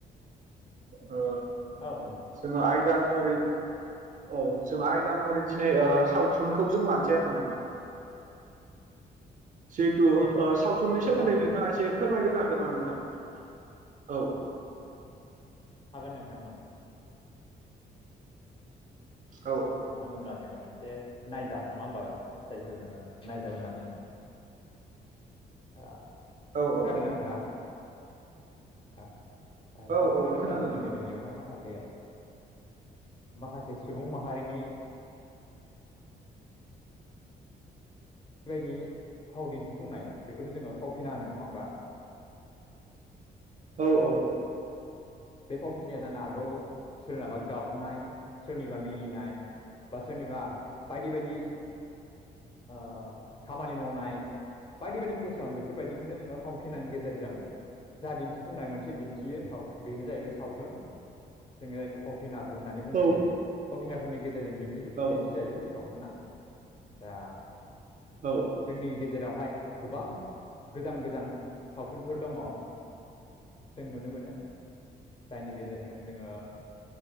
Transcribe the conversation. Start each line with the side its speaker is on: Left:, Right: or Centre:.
Right: ओ
Left: औ नंगौ नोंथां
Right: जोङो आयदा महरै औ जों आयदा महरै दिनै ओ सावथुनखौ जों लानोसै आरो ना नोंथां? जिहेतु ओ सावथुननि सोमोन्दै
Left: जागोन नोंथां
Right: नोंथाङा एसे फोरमायग्रोनो हागोन नामा नोंथां औ
Left: हागोन नोंथां औ।
Right: औ
Left: बुङोब्ला जोङो मोन एसे नायजाब नङा होमबा जायखौ जोङो नायजाब होनना बुङो। ओ
Right: औ औ
Left: खोनादोंना नोंथाङा औ। ओ
Right: औ
Left: सावथुन
Right: औ
Left: होनोब्ला
Right: खोनादों
Left: जोङो
Right: नोंथां
Left: दिनै बेवहाय माखासे माखासे सुबुं मा हारिनि। बेबायदि फाव दिन्थिफुंनाय बेखौनो जोङो फावथिना होनो नङा होम्बा।
Right: औ औ।
Left: बे फावथिनाया जानो हागौ सोरनाबा गाबनाय सोरनिबा मिनिनाय। बा सोरनिबा बायदि बायदि ओ खामानि मावनाय। बायदि बायदि पेसन बेफोरबायदिखौनो जोङो फावथिनायनि गेजेरजों जा दिन्थिफुंनाय मोनसे दिन्थियो साव बेनो जाहैबाय सावथुन। जोङो जायखौ फावथिनाबो होन्नानै बुंनाय
Right: औ
Left: जायो फावथिनाफोरनि गेजेरजों दिन्थिबो
Right: औ
Left: दिन्थिजायो बे सावथुना। दा
Right: औ
Left: जोंनि गेजेरावहाय गोबां गोजाम गोजान सावथुनफोर दङ'। जों नुनो मोनो जायनि गेजेरजों जोङो